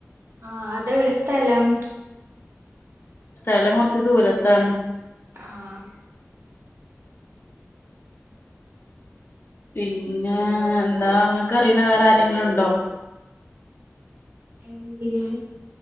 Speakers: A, on the right (about 55°); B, on the left (about 45°).
A: ആഹ് അതെവിടെ സ്ഥലം?
B: സ്ഥലം കൊർച്ച് ദൂരെത്താണ്.
A: ആഹ്
B: പിന്നെ എന്താ ഇങ്ങക്ക് അറീണെ വേറെ ആരെങ്കിലുംഇണ്ടോ?
A: എന്തിന്?